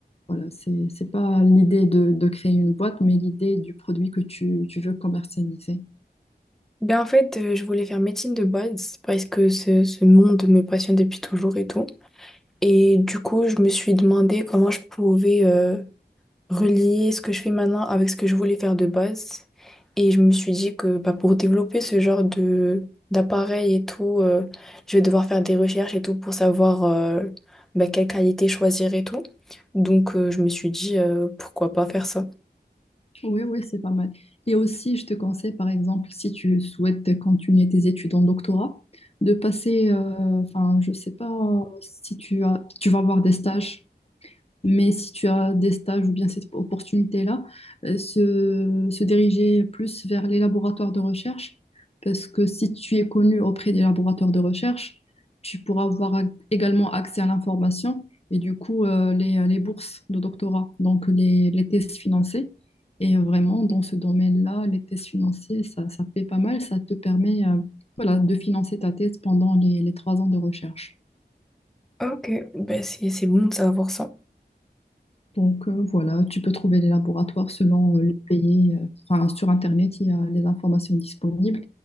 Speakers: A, on the left (about 35°); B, in the centre.
A: Voilà, c'est, c'est pas l'idée de, de créer une boîte, mais l'idée du produit que tu, tu veux commercialiser.
B: Ben, en fait, euh, je voulais faire médecine de base parce que ce, ce monde me passionne depuis toujours et tout. Et du coup, je me suis demandé comment je pouvais... euh, relier ce que je fais maintenant avec ce que je voulais faire de base. Et je me suis dit que bah, pour développer ce genre de d'appareil et tout, euh, je vais devoir faire des recherches et tout pour savoir euh, bah, quelle qualité choisir et tout. Donc euh, je me suis dit euh, pourquoi pas faire ça.
A: Oui, oui, c'est pas mal. Et aussi, je te conseille, par exemple, si tu souhaites continuer tes études en doctorat, de passer, euh, enfin, je sais pas si tu as, tu vas avoir des stages mais si tu as des stages ou bien cette opportunité-là, euh, se, se diriger plus vers les laboratoires de recherche, parce que si tu es connu auprès des laboratoires de recherche, tu pourras avoir ac- également accès à l'information et du coup euh, les, les bourses de doctorat, donc les, les thèses financées. Et vraiment, dans ce domaine-là, les thèses financées, ça, ça paie pas mal, ça te permet euh, voilà, de financer ta thèse pendant les, les trois ans de recherche.
B: Ok, bah, c'est c'est bon de savoir ça.
A: Donc euh, voilà, tu peux trouver les laboratoires selon euh, le pays. euh, Enfin, sur Internet, il y a les informations disponibles.